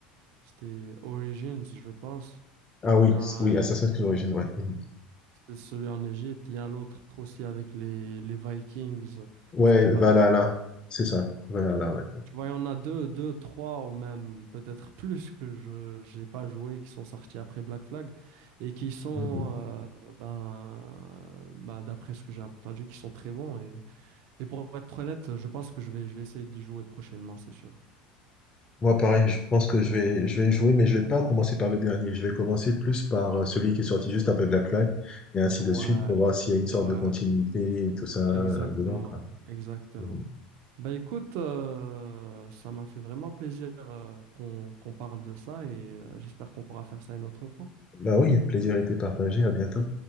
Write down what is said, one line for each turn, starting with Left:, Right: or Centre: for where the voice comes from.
Right: C'était Origins, je pense.
Left: Ah oui,
Right: Il y a,
Left: c- oui, Assassin's Creed Origins, ouais. Mhm.
Right: C'est celui en Égypte. Il y a l'autre aussi avec les, les Vikings.
Left: Ouais,
Right: C'était Valhalla.
Left: Valhalla, c'est ça. Valhalla, ouais.
Right: Tu vois, il y en a deux, deux, trois ou même peut-être plus que je j'ai pas joué qui sont sortis après Black Flag et qui sont,
Left: Mhm.
Right: euh, ben, ben, d'après ce que j'ai entendu, qui sont très bons. Et, et pour être honnête, je pense que je vais, je vais essayer d'y jouer prochainement, c'est sûr.
Left: Moi, pareil, je pense que je vais, je vais jouer, mais je vais pas commencer par le dernier. Je vais commencer plus par euh, celui qui est sorti juste après Black Flag, et ainsi
Right: Ouais,
Left: de suite, pour voir s'il y a une sorte
Right: ouais,
Left: de continuité et tout ça euh,
Right: exactement,
Left: dedans, quoi.
Right: exactement.
Left: Mhm.
Right: Bah écoute, euh, ça m'a fait vraiment plaisir euh, qu'on qu'on parle de ça et euh, j'espère qu'on pourra faire ça une autre fois.
Left: Bah oui, plaisir été partagé. À bientôt.